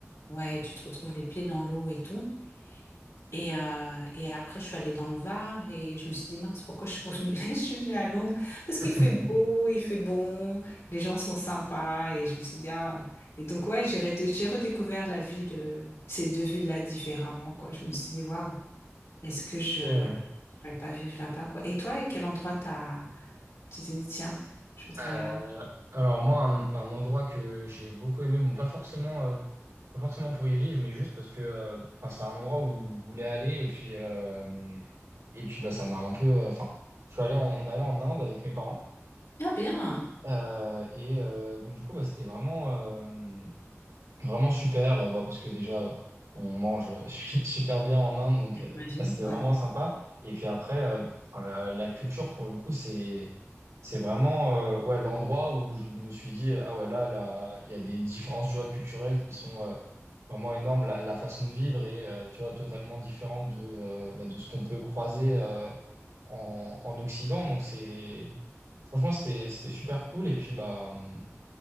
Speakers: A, on the left; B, on the right.
A: ouais, tu te retrouves les pieds dans l'eau et tout. Et, euh, et après, je suis allée dans le Var et je me suis dit, mince, pourquoi je suis revenue? <laughs> Je suis venue à Londres parce qu'il
B: <laughs>
A: fait beau, il fait bon, les gens sont sympas. Et je me suis dit, ah. Et donc, ouais, j'ai redé- j'ai redécouvert la ville, euh, ces deux villes-là différemment, quoi. Je me suis dit, waouh, est-ce que je
B: Ok,
A: ne
B: ouais.
A: pourrais pas vivre là-bas, quoi. Et toi, à quel endroit t'as... tu t'es dit, tiens, je voudrais.
B: Euh,
A: euh,
B: alors moi, un, un endroit que j'ai beaucoup aimé, bon pas forcément. euh, Pas forcément pour y vivre, mais juste parce que euh, enfin, c'était un endroit où je voulais aller. Et puis, euh, et puis bah, ça m'a un peu. euh, Enfin, je suis allé en, on allait en Inde avec mes parents.
A: Ah, bien!
B: euh, et euh, donc, du coup, bah, c'était vraiment. euh, Vraiment super, euh, bah, parce que déjà, on mange euh, <laughs> super bien en Inde, donc
A: J'imagine,
B: euh, ça, c'était
A: ouais.
B: vraiment sympa. Et puis après, euh, enfin, la, la culture, pour le coup, c'est, c'est vraiment euh, ouais, l'endroit où je me suis dit, ah ouais, là, là, il y a des différences, tu vois, culturelles qui sont euh, vraiment énormes. La, la façon de vivre est, euh, tu vois, totalement différente de, euh, bah, de ce qu'on peut croiser euh, en, en Occident. Donc c'est, franchement, c'était, c'était super cool. Et puis, bah, hum,